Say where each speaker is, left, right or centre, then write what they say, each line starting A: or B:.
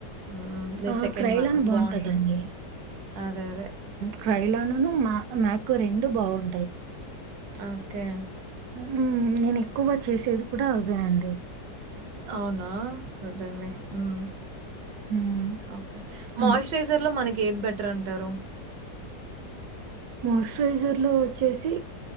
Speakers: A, on the right (about 90°); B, on the right (about 70°).
A: ఉమ్
B: ఆ
A: సెకండ్
B: క్రైలాన్
A: వన్
B: బాగుంటదండి
A: బాగుంటుంది అదే అదే
B: క్రైలానును మా మాకు రెండు బాగుంటాయి
A: ఆ ఓకే
B: ఉమ్ నేను ఎక్కువ చేసేది కూడా అవే అండి
A: అవునా గుడ్ అండి ఉమ్
B: ఉమ్,
A: ఓకే
B: అలా
A: మాయిశ్చరైజర్ లో మనకి ఏది బెటర్ అంటారు
B: మాయిశ్చరైజర్ లో వచ్చేసి